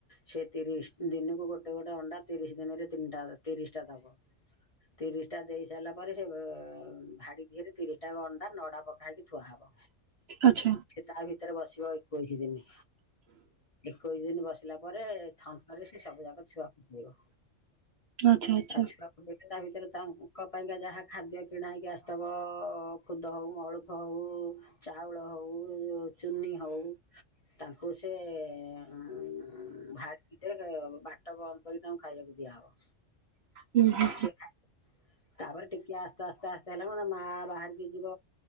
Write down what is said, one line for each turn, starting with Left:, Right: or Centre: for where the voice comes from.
Left: ସେ ତିରିଶ ଦିନକୁ ଗୋଟେ ଗୋଟେ ଅଣ୍ଡା ତିରିଶ ଦିନରେ ତିନିଟା ତିରିଶ ଟା ଦବ ତିରିଶ ଟା ଦେଇ ସାରିଲା ପରେ ସେ ଭାଡି ଧିରେ ତିରିିଟା ଯାଙ୍କ ଅଣ୍ଡା ନଡା ପକା ହେଇକି ଥୁଆ ହବ।
Right: ଆଚ୍ଛା
Left: ତା ଭିତରେ ବସିବ ଏକୋଇଶି ଦିନି। ଏକୋଇଶି ଦିନ ବସିଲା ପରେ ଥଣ୍ଟ ରେ ସେ ସବୁଯାକ ଛୁଆକୁ ଫୁଟିବ।
Right: ଆଚ୍ଛା ଆଚ୍ଛା
Left: ଆଛା <unintelligible> ତା ଭିତରେ ତାଙ୍କ ପାଇଁକା ଯାହା ଖାଦ୍ୟ କିଣା ହେଇକି ଆସିଥିବ ଖୁଦ ହଉ ମଳୁଖ ହଉ ଚାଉଳ ହଉ ହଉ ଚୁନି ହଉ ତାଙ୍କୁ ସେ ଉଁ ଭାଡି ଭିତରେ ବାଟ ବନ୍ଦ କରିିକି ତାଙ୍କୁ ଖାଇବାକୁ ଦିଆହବ।
Right: ହୁଁ ହୁଁ
Left: ସେ ଖାଇବ ତାପରେ ଟିକେ ଆସ୍ତେ ଆସ୍ତେ ଆସ୍ତେ ହେଲା ମା ବାହାରି କି ଯିବ